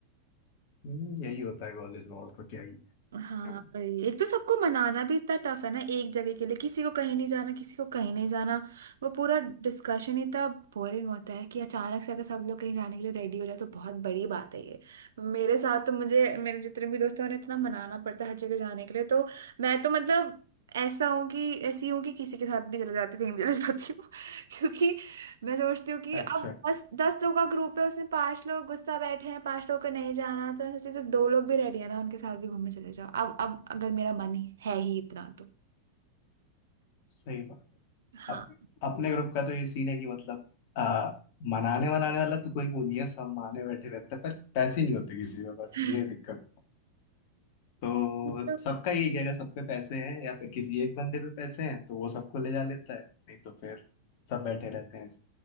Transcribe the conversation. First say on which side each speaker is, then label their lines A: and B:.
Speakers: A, on the left (about 45°); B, on the right (about 65°).
A: हम्म, यही होता है कॉलेज में और तो क्या ही
B: हाँ
A: है
B: वही। एक तो सबको मनाना भी इतना टफ है ना एक जगह के लिए किसी को कहीं नहीं जाना किसी को कहीं नहीं जाना वो पूरा डिस्कशन ही इतना बोरिंग होता है कि अचानक से अगर सब लोग कहीं जाने के लिए रेडी हो जाए तो बहुत बड़ी बात है ये मेरे साथ तो मुझे मेरे जितने भी दोस्त हैं उन्हें इतना मनाना पड़ता है हर जगह जाने के लिए तो मैं तो मतलब ऐसा हूँ कि ऐसी हूँ कि किसी के साथ भी चले जाती हूँ कहीं भी चले जाती हूँ <laughs> क्योंकि मैं सोचती हूँ कि अब
A: अच्छा
B: दस दस लोग का ग्रुप है उसमें पांच लोग गुस्सा बैठे हैं पांच लोग को नहीं जाना तो सोचती हूँ दो लोग भी रेडी है ना उनके साथ भी घूमने चले जाओ अब अब अगर मेरा मन है ही इतना तो
A: सही बात
B: हाँ
A: अब अपने ग्रुप का तो ये सीन है कि मतलब आ, मनाने वनाने वाला तो कोई वो नहीं है सब माने बैठे रहते हैं पर पैसे नहीं होते किसी में बस
B: <laughs>
A: ये दिक्कत तो
B: तो
A: सबका यही कहेगा सब पे पैसे हैं या फिर किसी एक बंदे पे पैसे हैं तो वो सबको ले जा लेता है नहीं तो फिर सब बैठे रहते हैं